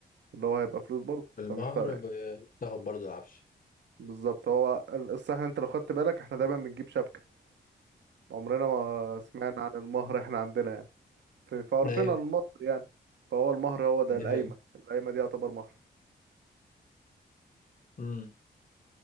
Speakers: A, on the right; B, on the left.
A: اللي هو هيبقى فلوس برضه
B: المهر
A: فمش فارقة يعني
B: بتاخد برضو العفش
A: بالظبط هو ال- الصح انت لو خدت بالك احنا دايما بنجيب شبكة عمرنا ما سمعنا عن المهر احنا عندنا يعني في في عرفنا
B: ايوه
A: المصري يعني فهو المهر هو ده
B: دي
A: القايمة
B: حقيقة
A: القايمة دي يعتبر مهر
B: امم